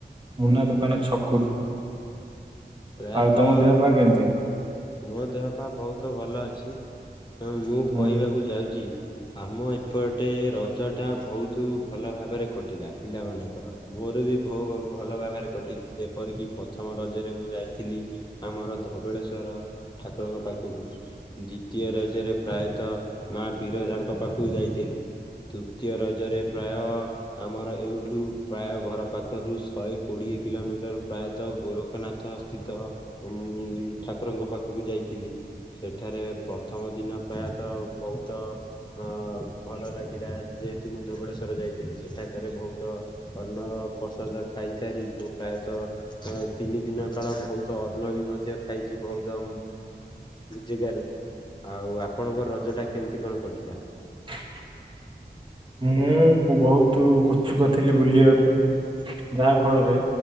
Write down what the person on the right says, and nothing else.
ମୁନା ଦୋକାନ ଛକରୁ।
ଆଉ ତମ ଦେହ ପା କେମିତି?
ହୁଁ
<inaudible> ମୁଁ ବହୁତ ଉତ୍ସୁକ ବୁଲିବାକୁ ଯାହାଫଳରେ